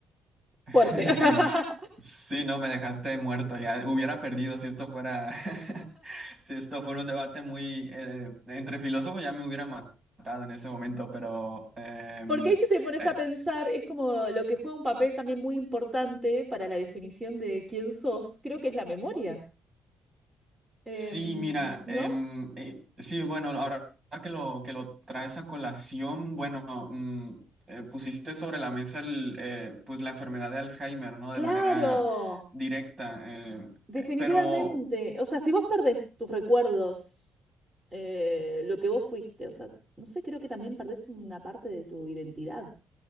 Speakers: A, on the right; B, on the right.
A: <laughs>
B: fuerte. <laughs>
A: sí. Sí, no, me dejaste muerto ya. Hubiera perdido si esto fuera, <laughs> si esto fuera un debate muy eh, entre filósofos ya me hubiera matado en ese momento, pero em,
B: Porque ahí si te pones
A: eh,
B: a pensar, es como lo que juega un papel también muy importante para la definición de quién sos, creo que es la memoria. Em,
A: sí, mira,
B: ¿no?
A: em, eh, sí, bueno, ahora que lo que lo traes a colación, bueno, mm, eh, pusiste sobre la mesa el, eh, pues la enfermedad de Alzheimer, ¿no?
B: Claro.
A: De manera directa, eh,
B: Definitivamente.
A: eh, pero
B: O sea, si vos perdés tus recuerdos, eh, lo que vos fuiste, o sea, no sé, creo que también perdés una parte de tu identidad.